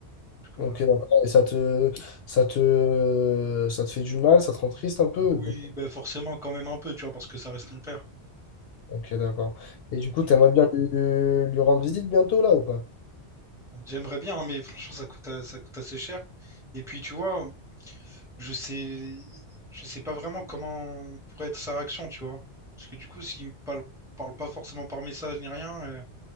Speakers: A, in the centre; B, on the left.
A: Du coup,
B: Ok,
A: voilà.
B: d'accord. Et ça te, ça te, ça te fait du mal, ça te rend triste un peu? ou
A: Oui,
B: pas
A: bah forcément, quand même un peu, tu vois, parce que ça reste mon père.
B: Ok, d'accord. Et du coup,
A: Donc,
B: t'aimerais bien lui, lui rendre visite bientôt là ou pas?
A: bon, J'aimerais bien, hein, mais franchement, ça coûte, a- ça coûte assez cher. Et puis, tu vois, je sais. Je sais pas vraiment comment pourrait être sa réaction, tu vois. Parce que du coup, s'il me parle, parle pas forcément par message ni rien, euh,